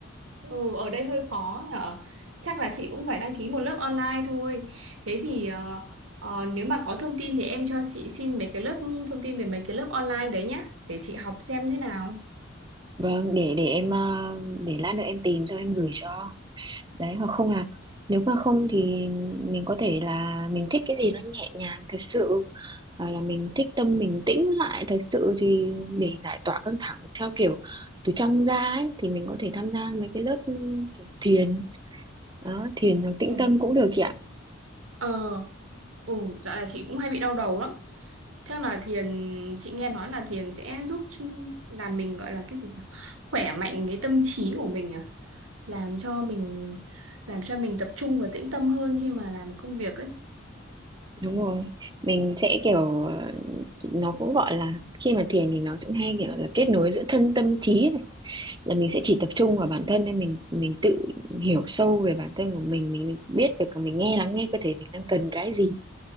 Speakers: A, on the right; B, on the right.
A: Ừ, ở đây hơi khó nhở. Chắc là chị cũng phải đăng ký một lớp online thôi. Thế thì ờ, ờ, nếu mà có thông tin thì em cho chị xin mấy cái lớp thông tin về mấy cái lớp online đấy nhá để chị học xem thế nào.
B: Vâng, để để em ờ, để lát nữa em tìm cho em gửi cho. đấy hoặc không là nếu mà không thì mình có thể là mình thích cái gì nó nhẹ nhàng thật sự hoặc là mình thích tâm mình tĩnh lại thật sự thì để giải tỏa căng thẳng theo kiểu từ trong ra ấy thì mình có thể tham gia mấy cái lớp ừm, kiểu thiền đó thiền hoặc tĩnh
A: ừ.
B: tâm cũng được chị ạ
A: Ờ, ừ, dạo này chị cũng hay bị đau đầu lắm. Chắc là thiền, chị nghe nói là thiền sẽ giúp ch- làm mình gọi là cái gì nhỉ? khỏe mạnh cái tâm trí của mình à, làm cho mình làm cho mình tập trung và tĩnh tâm hơn khi mà làm công việc ấy.
B: đúng rồi mình sẽ kiểu ờ, nó cũng gọi là khi mà thiền thì nó cũng hay kiểu là kết nối giữa thân tâm trí là mình sẽ chỉ tập trung vào bản thân nên mình mình tự hiểu sâu về bản thân của mình mình biết được mình nghe lắng nghe cơ thể mình đang cần cái gì